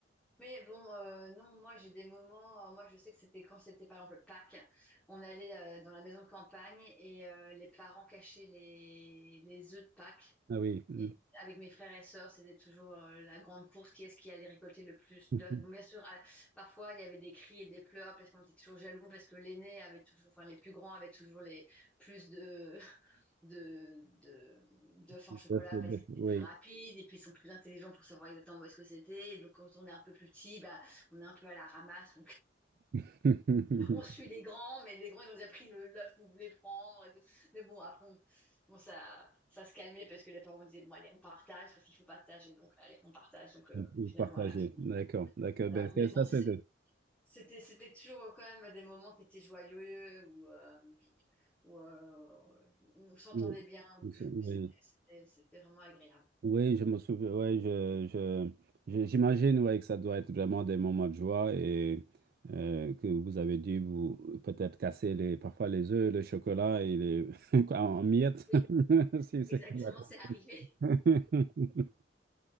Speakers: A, in the centre; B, on the right (about 50°).
A: Mais bon, euh, non, moi j'ai des moments. euh, moi je sais que c'était quand c'était par exemple Pâques, on allait euh, dans la maison de campagne et euh, les parents cachaient les, les œufs de Pâques
B: Ah oui. Mm.
A: et avec mes frères et sœurs, c'était toujours euh, la grande course, qui est-ce qui allait récolter le plus
B: <laughs>
A: d'œufs. Bon, bien sûr, à- parfois il y avait des cris et des pleurs parce qu'on était toujours jaloux parce que l'aîné avait toujours, enfin les plus grands avaient toujours les plus de <laughs> de de d'œufs en
B: Tout
A: chocolat
B: à fait,
A: parce
B: tout à
A: qu'ils
B: fait,
A: étaient
B: Oui.
A: plus rapides et puis ils sont plus intelligents pour savoir exactement où est-ce que c'était. Et donc quand on est un peu plus petit, bah on est un peu à la ramasse
B: <laughs>
A: on suit les grands, mais les grands, ils ont déjà pris le l'œuf qu'on voulait prendre et tout. Mais bon, après, on- bon, ça, ça se calmait parce que les parents disaient, bon, allez, on partage parce qu'il faut partager. Donc, allez, on partage. Donc, euh,
B: Vous
A: finalement,
B: partagez.
A: à la fin, bon,
B: D'accord, d'accord.
A: voilà.
B: Ben, c'est-
A: Mais bon,
B: ça,
A: c'est-
B: c'est...
A: c'était, c'était toujours quand même des moments qui étaient joyeux où, euh, où, euh, on s'entendait
B: Oui.
A: bien. où
B: C'est-
A: où
B: Oui.
A: C'était, c'était- c'était vraiment agréable.
B: Oui, je me souviens, ouais, je, je, je- j'imagine ouais, que ça doit être vraiment des moments de joie et euh, que vous avez dû vous peut-être casser les, parfois les œufs, le chocolat et les, <laughs> quoi, en miettes,
A: Oui,
B: <laughs> si c'est
A: exactement,
B: la consigne.
A: c'est arrivé.
B: <laughs>